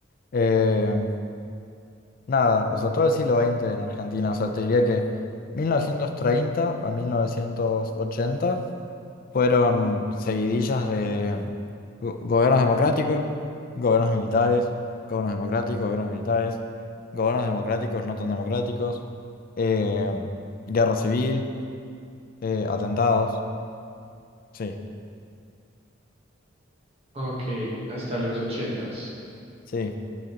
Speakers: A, on the left (about 45°); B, on the right (about 30°).
A: Eh, nada, o sea, todo el siglo XX en Argentina, o sea, te diría que 1930 a 1980 Fueron seguidillas de go- gobiernos democráticos, gobiernos militares, gobiernos democráticos, gobiernos militares, gobiernos democráticos no tan democráticos, eh, guerra civil, eh, atentados. Sí,
B: Ok, hasta los ochentas.
A: sí.